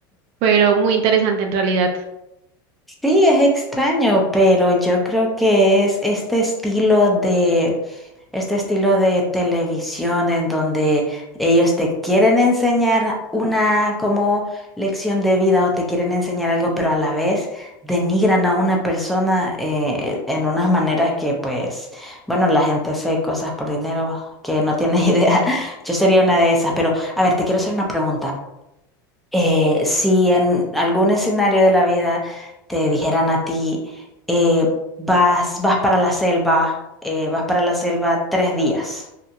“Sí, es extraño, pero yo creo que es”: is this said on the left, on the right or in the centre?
Centre